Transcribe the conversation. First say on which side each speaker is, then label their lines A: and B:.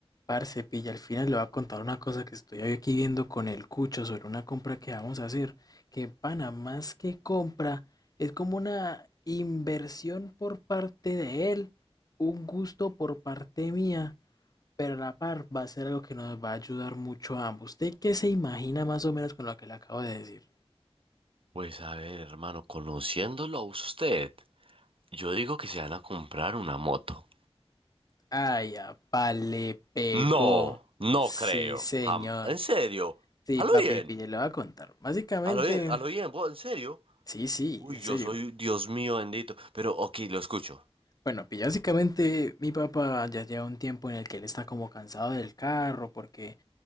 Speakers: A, on the left; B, on the right.
A: Parce, pilla, al final le voy a contar una cosa que estoy aquí viendo con el cucho sobre una compra que vamos a hacer. Que pana, más que compra, es como una inversión por parte de él, un gusto por parte mía, pero a la par va a ser algo que nos va a ayudar mucho a ambos. ¿Usted qué se imagina más o menos con lo que le acabo de decir?
B: Pues a ver, hermano, conociéndolo a usted, yo digo que se van a comprar una moto.
A: Ay, apa, le pegó.
B: No, no
A: Sí,
B: creo.
A: señor.
B: Jam- ¿En serio?
A: Sí,
B: ¿A
A: papi,
B: lo bien?
A: pilla, le voy a contar. Básicamente,
B: ¿A lo bien? ¿A lo bien? ¿Vos, ¿En serio?
A: sí, sí,
B: Uy,
A: en
B: yo
A: serio.
B: soy Dios mío bendito. Pero, ok, lo escucho.
A: Bueno, pues básicamente mi papá ya lleva un tiempo en el que él está como cansado del carro, porque